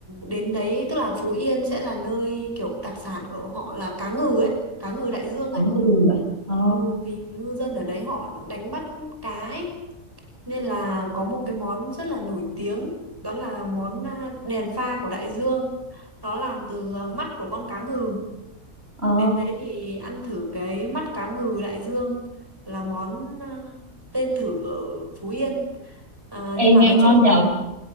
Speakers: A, on the right; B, on the right.
A: đến đấy tức là Phú Yên sẽ là nơi kiểu đặc sản của họ là cá ngừ ấy, cá ngừ đại dương
B: Cá
A: ấy.
B: ngừ à? Ờ,
A: Ừ, vì ngư dân ở đấy họ đánh bắt cá ấy. Nên là có một cái món rất là nổi tiếng đó là món à, đèn pha của đại dương. Nó làm từ à, mắt của con cá ngừ.
B: ờ.
A: Đến đấy thì ăn thử cái mắt cá ngừ đại dương là món à, tên thử ở Phú Yên. À, nhưng
B: Ê,
A: mà
B: nghe
A: nói
B: ngon
A: chung là
B: nhở?